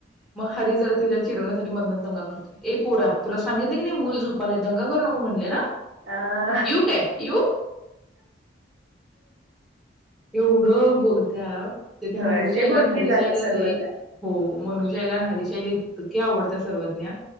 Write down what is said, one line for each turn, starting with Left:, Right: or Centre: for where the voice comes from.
Centre: मग हारी जरा तिजा चिडवण्यासाठी मधनच दंगा करतो ये पोरा तुला सांगितलं की नाही मूल झोप मले दंगा करू नको म्हणल्या ना,
Right: अ
Centre: येऊ काय येऊ एवढं बोलत्या. ती मनूच्या
Right: होय लय
Centre: आईला
Right: बोलकी
Centre: न हारीच्या
Right: झाल्या
Centre: आईला
Right: सर्वज्ञ
Centre: लई हो मनूच्या आईला न हारीच्या आईला इतकी आवडते सर्वज्ञा